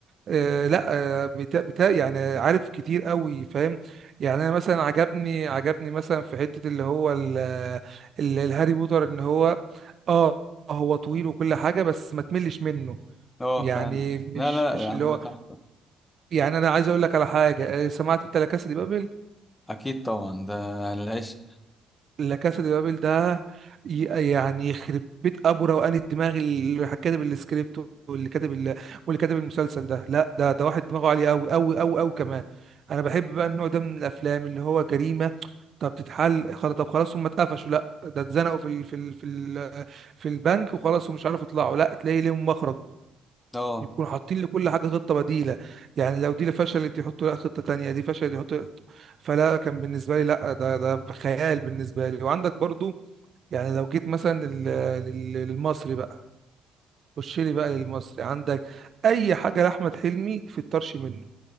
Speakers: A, on the right; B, on the left.
A: آه لا آه بتا بتا يعني عارف كتير قوي فاهم يعني انا مثلا عجبني عجبني مثلا في حتة اللي هو ال- ال- الهاري بوتر ان هو اه هو طويل وكل حاجة بس ما تملش منه
B: اه
A: يعني
B: فعلا
A: مش
B: لا لا
A: مش
B: لا يا
A: اللي
B: عم
A: هو
B: ده تحفة
A: يعني انا عايز اقول لك على حاجة آه، سمعت انت لا كاسا دي بابل
B: اكيد طبعا ده العشق
A: لا كاسا دي بابل ده ي- يعني يخرب بيت ابو روقان الدماغ اللي كاتب السكريبت واللي كاتب ال- واللي كاتب المسلسل ده لا ده ده واحد دماغه عالي قوي قوي قوي قوي كمان انا بحب بقى النوع ده من الافلام اللي هو جريمه طب تتحل خلاص طب خلاص هم اتقفشوا لا ده اتزنقوا في ال في ال في ال في البنك وخلاص ومش عارف يطلعوا لا تلاقي ليهم مخرج
B: اه
A: يكونوا حاطين لكل حاجة خطة بديلة يعني لو دي اللي فشلت يحطوا لها خطة تانية دي فشلت يحطوا فلا كان بالنسبة لي لا ده ده خيال بالنسبة لي وعندك برضو يعني لو جيت مثلا لل- لل- للمصري بقى خش لي بقى للمصري عندك أي حاجة لأحمد حلمي في الطرش منه